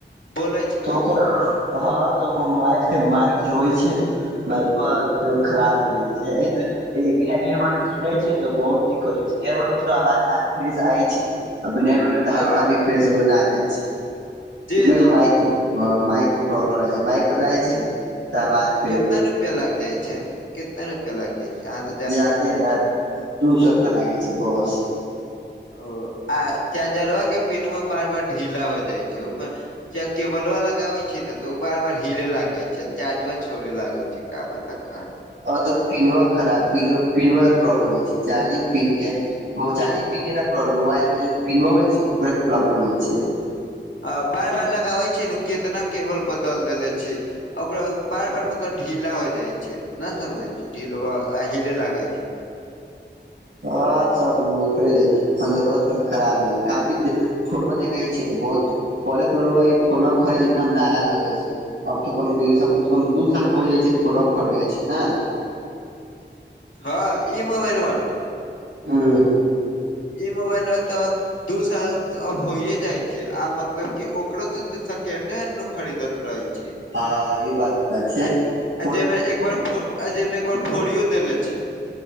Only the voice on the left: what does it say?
बोलै छी
अहाँ समझै
छी
हँ
जी
जी
कैतना रुपआ लाग जाय छै कैतना रुपआ लाइग जाय छै अहाँ तऽ जानबे
करै
छी।
ओ आ चाजरवा के पिनवा मे बार-बार ढीला हो जाइ छै ओमे च केबलवा लगावे छै ने तऽ उ बार-बार हिले लागे छै चार्जवा छोड़े लागे छै। एका पताकार
आ बार-बार लगाबे छी नु केतना केबल बदल देेलै छी। ओकरो बार-बार मतलब ढीला हो जाइ छै न समझे छी ढीलवा आ हीले लागे छै।
हँ ई मोबाइलवा नुऽ
ई मोबइलवा तऽ दू साल सऽ अब होइये जाइ छै आ मतलब के ओकरो से त सेकेंडे हेंड नु खरीदत रहइ छी। आ
ज
आ जहिमे एक बार फोर आ जहिमे एक बार फोड़ियो देले छी।